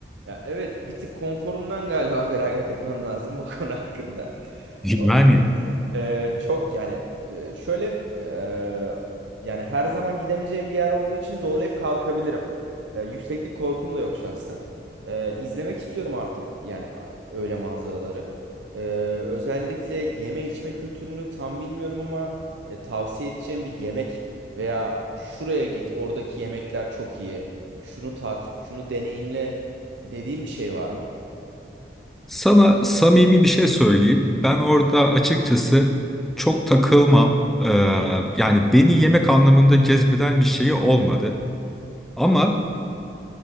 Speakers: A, on the right; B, in the centre.
A: Ya evet bir tık konforumdan galiba feragat etmem lazım <laughs> bu konu hakkında.
B: Yani
A: <laughs> Ee, çok yani e, şöyle e, yani her zaman gidemeyeceğim bir yer olduğu için zorlayıp kalkabilirim. E, yükseklik korkum da yok şahsen. E, izlemek istiyorum artık yani a- öyle manzaraları. E, özellikle yeme içme kültürünü tam bilmiyorum ama e, tavsiye edeceğim bir yemek veya şuraya git oradaki yemekler çok iyi. Şunu tat, şunu deneyimle dediğim bir şey var mı?
B: Sana samimi bir şey söyleyeyim. Ben orada açıkçası çok takılmam. Ee, yani beni yemek anlamında cezbeden bir şeyi olmadı. Ama